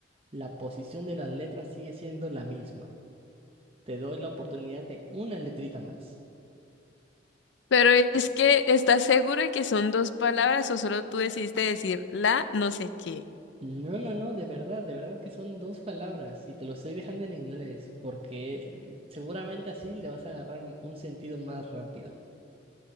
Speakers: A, on the right; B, on the left.
A: la posición de las letras sigue siendo la misma. Te doy la oportunidad de una letrita más.
B: Pero es que, ¿estás seguro de que son dos palabras o solo tú decidiste decir la no sé qué?
A: No, no, no, de verdad, de verdad que son dos palabras y te lo estoy dejando en inglés porque seguramente así le vas a agarrar un sentido más rápido.